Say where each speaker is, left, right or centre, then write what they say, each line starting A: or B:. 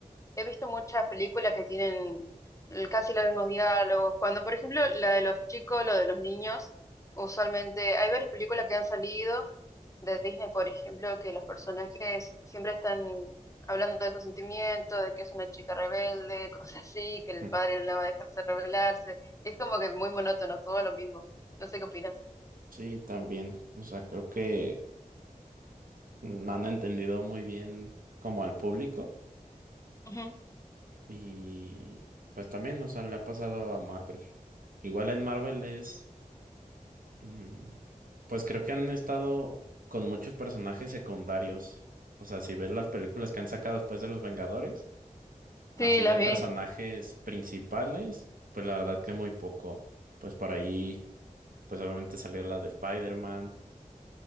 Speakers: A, on the left; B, on the right.
A: He visto muchas películas que tienen eh, casi los mismos diálogos. Cuando, por ejemplo, la de los chicos, lo de los niños, usualmente hay varias películas que han salido de Disney, por ejemplo, que los personajes siempre están hablando de sus sentimientos, de que es una chica rebelde, <laughs> cosas así, que el
B: Ujú.
A: padre no la va a dejarse rebelarse. Y es como que muy monótono, todo lo mismo. No sé qué opinas.
B: Sí, también. O sea, creo que no han entendido muy bien como al público
A: Ujú.
B: y pues también, o sea, le ha pasado a Marvel. Igual en Marvel es, mm, pues creo que han estado con muchos personajes secundarios. O sea, si ves las películas que han sacado después de los Vengadores.
A: Sí,
B: Así
A: las
B: de
A: vi.
B: personajes principales, pues la verdad que muy poco. Pues por ahí, pues obviamente salió la de Spider-Man.